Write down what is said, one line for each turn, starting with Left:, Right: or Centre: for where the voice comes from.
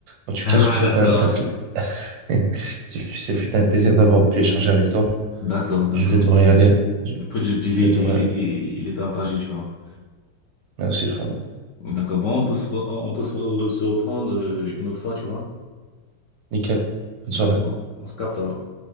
Right: En tout
Left: <laughs>
Right: cas, ce fut
Left: Ah, d'accord.
Right: un, un pla- <laughs> ce fut ce fut un plaisir d'avoir pu échanger avec toi.
Left: D'accord, d'accord.
Right: Je vais devoir
Left: C'est,
Right: y aller. Je,
Left: le prix de l'épuisé,
Right: je vais
Left: il
Right: devoir
Left: était, il
Right: y
Left: était,
Right: aller.
Left: il est partagé, tu vois.
Right: Merci, frérot.
Left: D'accord. Bon, on peut se, re- on peut se re- se reprendre euh, une autre fois, tu vois.
Right: Nickel. Bonne
Left: D'accord.
Right: soirée.
Left: On se capte alors.